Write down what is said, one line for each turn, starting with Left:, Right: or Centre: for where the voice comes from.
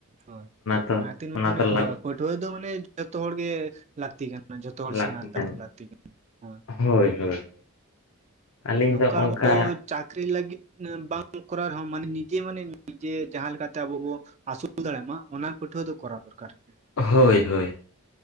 Right: ᱦᱳᱭ,
Left: ᱛᱚ
Right: ᱚᱱᱟ ᱠᱷᱟᱹᱛᱤᱨ ᱢᱟᱱᱮ
Left: ᱛᱚ ᱞᱟᱠ
Right: ᱦᱳᱭ <inaudible> ᱯᱟᱹᱷᱩᱣᱟᱹ ᱫᱚ ᱢᱟᱱᱮ ᱡᱷᱚᱛᱚ ᱦᱚᱲ ᱜᱮ ᱞᱟᱹᱠᱛᱤ ᱠᱟᱱᱟ ᱡᱷᱚᱛᱚ ᱦᱚᱲ
Left: ᱞᱟᱹᱠᱛᱤ
Right: ᱥᱮᱬᱟ
Left: ᱠᱟᱱ ᱜᱮᱭᱟ᱾
Right: ᱞᱟᱹᱠᱛᱤ ᱠᱟᱱᱟ ᱦᱮᱸ
Left: ᱦᱳᱭ ᱦᱳᱭ ᱟᱹᱞᱤᱧ
Right: ᱱᱚᱝᱠᱟ
Left: ᱫᱚ ᱚᱱᱠᱟ
Right: ᱟᱵᱚ- ᱪᱟᱹᱠᱨᱤ ᱞᱟᱹᱜᱤᱫ ᱵᱟᱝ ᱠᱚᱨᱟᱣ ᱨᱮᱦᱚᱸ ᱢᱟᱱᱮ ᱱᱤᱡᱮ ᱢᱟᱱᱮ ᱱᱤᱡᱮ ᱡᱟᱦᱟᱸ ᱞᱮᱠᱟᱛᱮ ᱟᱵᱚ ᱵᱚ ᱟᱹᱥᱩᱞ ᱫᱟᱲᱮᱭ ᱢᱟ ᱚᱱᱟ ᱯᱟᱹᱴᱷᱩᱣᱟᱹ ᱫᱚ ᱠᱚᱨᱟᱣ ᱫᱚᱨᱠᱟᱨ ᱜᱮ
Left: ᱦᱳᱭ ᱦᱳᱭ